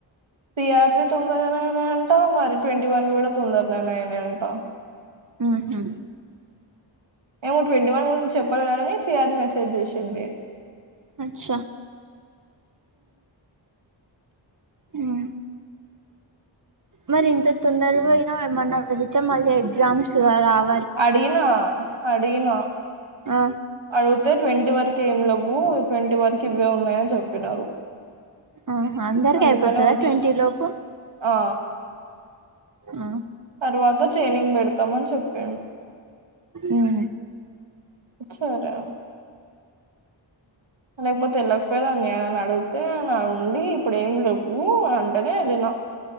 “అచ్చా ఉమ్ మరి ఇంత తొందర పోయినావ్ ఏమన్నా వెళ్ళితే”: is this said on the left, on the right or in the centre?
Right